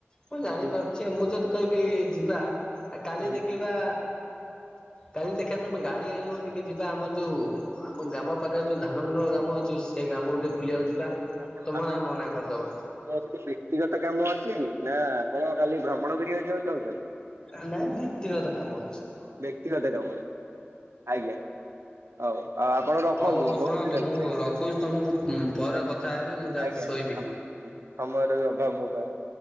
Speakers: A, on the left; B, on the right.
A: ମୁଁ ଜାଣିପାରୁଚି
B: ହୁଁ
A: ମୁଁ ଯଦି କହିବି ଯିବା ଏ କାଲି
B: ହୁଁ
A: ଦେଖିବା। କାଲି ଦେଖିଆ ତମେ ଗାଡି ଆଣିବ ଟିକେ ଯିବା ଆମର ଯୋଉ ଆମ ଗ୍ରାମ ପାଖରେ ଯୋଉ ଧାନମୁଣ୍ଡଳ ଗ୍ରାମ ଅଛି ସେଇ ଗ୍ରାମ କୁ ଟିକେ ବୁଲିବାକୁ ଯିବା।
B: ଆପଣ
A: ତମ
B: ଆପଣ
A: ନା
B: ଉଁ
A: ମନା କରିଦବ
B: ହଁ ସେଠି ବ୍ୟକ୍ତିଗତ କାମ ଅଛି ନା ଆପଣ ଖାଲି ଭ୍ରମଣ କରିବାକୁ ଯିବାକୁ ଚାହୁଁଛନ୍ତି।
A: ନା ନା ବ୍ୟକ୍ତିଗତ କାମ ଅଛି।
B: ବ୍ୟକ୍ତିଗତ କାମ ଅଛି, ଆଜ୍ଞା। ଆଉ ଆଉ ଆପଣ ରଖନ୍ତୁ
A: ହଉ ହଉ
B: ବହୁତ
A: ଶୁଣନ୍ତୁ
B: ଦିନ
A: ମୁଁ
B: ହେଲା,
A: ରଖୁଛି ତମକୁ ପରେ କଥା ହେବି ମୁଁ ଯାଉଛି
B: ଆଜ୍ଞା
A: ଶୋଇବି।
B: ଆଜ୍ଞା ଆପଣ ହୁଁ ସମୟର ବି ଅଭାବ ମୋ ପାଖରେ।